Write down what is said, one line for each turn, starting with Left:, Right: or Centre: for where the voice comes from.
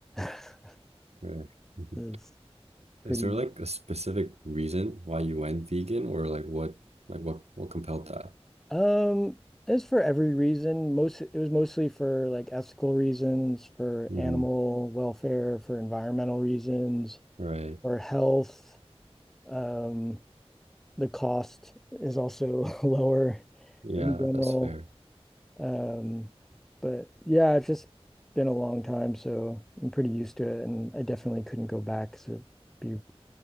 Centre: <laughs>
Right: Right. Mhm.
Centre: It's pretty
Right: Is there like a specific reason why you went vegan or like what like what what compelled that?
Centre: um as for every reason, most it was mostly for like ethical reasons, for
Right: hmm
Centre: animal welfare, for environmental reasons,
Right: Right.
Centre: for health. Um, the cost is also <laughs> lower
Right: Yeah,
Centre: in general.
Right: that's fair.
Centre: Um, but yeah, it's just been a long time, so I'm pretty used to it, and I definitely couldn't go back, so it'd be